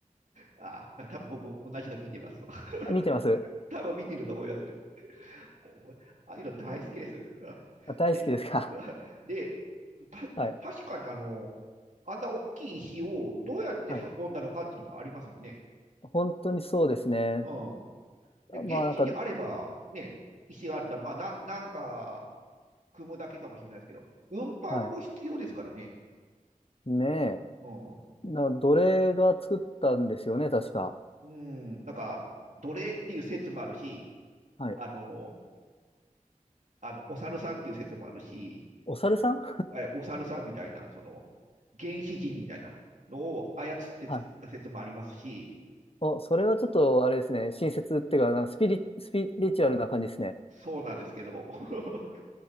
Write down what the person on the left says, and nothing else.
あ見てます
あ、大好きですか
<laughs> はい。
はい。本当にそうですね。
まあなんか、
はい。ねえ。
な、奴隷が作ったんですよね、確か。
はい。
お猿さん
<laughs> はい。お、それはちょっとあれですね。親切っていうか、なんかスピリ、スピリチュアルな感じですね。